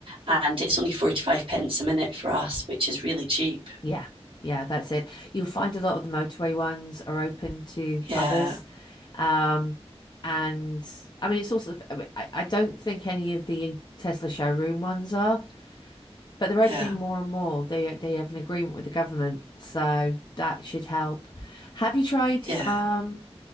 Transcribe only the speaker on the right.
and it's only 45 pence a minute for us, which is really cheap.
Yeah,
yeah,
yeah.